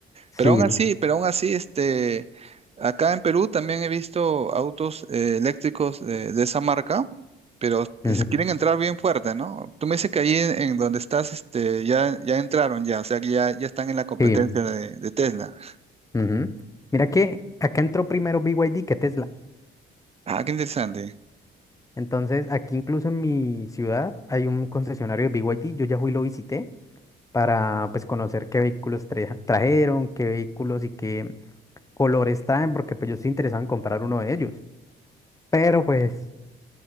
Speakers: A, on the left; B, on the right.
A: Sí,
B: Pero aún así, pero aún así, este, acá en Perú también he visto autos eh, eléctricos de, de esa marca, pero es-
A: ujú,
B: quieren entrar bien fuerte, ¿no? Tú me dices que ahí en, en donde estás, este, ya, ya entraron ya, o sea que ya, ya están en la competencia
A: sí.
B: de, de Tesla.
A: ujú. Mira que acá entró primero BYD que Tesla.
B: Ah, qué interesante.
A: Entonces, aquí incluso en mi ciudad hay un concesionario de BYD. Yo ya fui y lo visité. para pues conocer qué vehículos tra- trajeron, qué vehículos y qué colores traen, porque pues yo estoy interesado en comprar uno de ellos. Pero pues